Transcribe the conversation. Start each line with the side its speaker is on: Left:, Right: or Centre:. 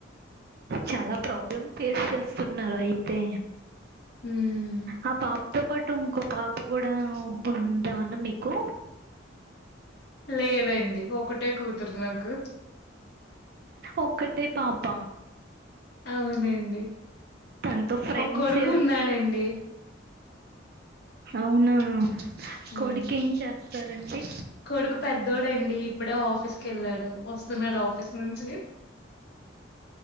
Right: చాలా ప్రాబ్లం ఫేస్ చేస్తున్నారు అయితే
Left: హ్మ్
Right: ఆ పాపతో పాటు టిన్కో పాప తప్ప కూడా ఉండదాన్న మీకు
Left: లేదండి ఒకటే కూతురు నాకు
Right: ఒక్కటే పాప
Left: అవునండి
Right: తనతో ఫ్రెండ్స్
Left: ఓ కొడుకు ఉన్నాడండి.
Right: అవునా
Left: ఉ
Right: కొడుకు ఏం చేస్తారండి
Left: కొడుకు పెద్దోడండిఇప్పుడే ఆఫీస్కి వెళ్ళాడు వస్తున్నాడు ఆఫీస్ నుంచి